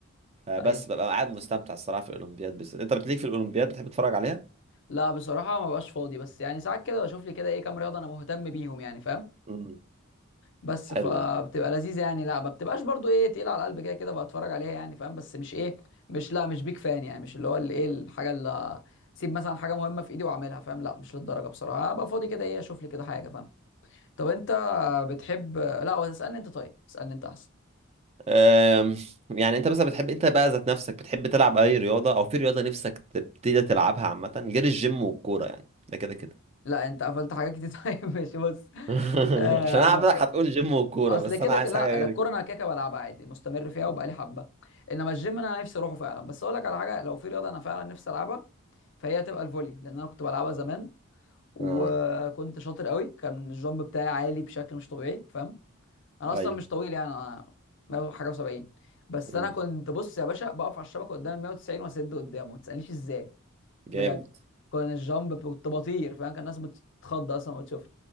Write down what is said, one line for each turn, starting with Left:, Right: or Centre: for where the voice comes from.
Right: بس
Left: ايوه
Right: ببقى قاعد مستمتع الصراحه في الاولمبياد بالذات انت بتليك في الاولمبياد بتحب تتفرج عليها
Left: لا بصراحة ما بقاش فاضي بس يعني ساعات كده بشوف لي كده ايه كام رياضة انا مهتم بيهم يعني فاهم
Right: امم
Left: بس
Right: حلو
Left: فبتبقى
Right: ده
Left: لذيذه يعني لا ما بتبقاش برضو ايه تقيله على القلب كده كده بتفرج عليها يعني فاهم بس مش ايه مش لا مش بيك فان يعني مش اللي هو اللي ايه الحاجه اللي سيب مثلا حاجه مهمه في ايدي واعملها فاهم لا مش للدرجه بصراحه ابقى فاضي كده ايه اشوف لي كده حاجه فاهم طب انت بتحب لا هو اسالني انت طيب اسالني انت احسن
Right: أم، يعني انت مثلا بتحب انت بقى ذات نفسك بتحب تلعب اي رياضة او في رياضة نفسك تبتدي تلعبها عامة غير الجيم والكورة يعني ده كده كده
Left: لا انت قفلت حاجات كتير <laughs> طيب ماشي بص
Right: <laughs>
Left: آه
Right: عشان انا
Left: انا
Right: عارفك
Left: بص
Right: هتقول جيم والكورة
Left: اصل
Right: بس
Left: كده
Right: انا عايز
Left: كده لا
Right: حاجة غير
Left: لا، الكوره
Right: كده
Left: انا كده كده بلعبها عادي مستمر فيها وبقالي
Right: مم.
Left: حبه انما الجيم انا نفسي اروحه فعلا بس اقول لك على حاجه لو في رياضه انا فعلا نفسي العبها فهي هتبقى الفولي لان انا كنت بلعبها زمان وكنت
Right: اه
Left: شاطر قوي كان الجامب بتاعي عالي بشكل مش طبيعي فاهم انا اصلا
Right: ايوه
Left: مش طويل يعني انا 100 حاجه و70 بس
Right: مم.
Left: انا كنت بص يا باشا بقف على الشبكه قدام ال 190 واسد قدامه ما تسالنيش ازاي
Right: جامد
Left: بجد كان الجامب كنت بطير فاهم كان الناس بتتخض اصلا وتشوف